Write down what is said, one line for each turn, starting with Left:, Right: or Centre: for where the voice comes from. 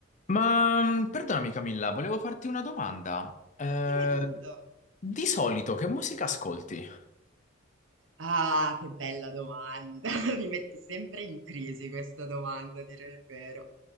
Left: Ma mm, perdonami Camilla, volevo farti una domanda. Eh,
Right: Dimmi tutto.
Left: di solito che musica ascolti?
Right: Ah, che bella domanda! <laughs> Mi mette sempre in crisi questa domanda, a dire il vero.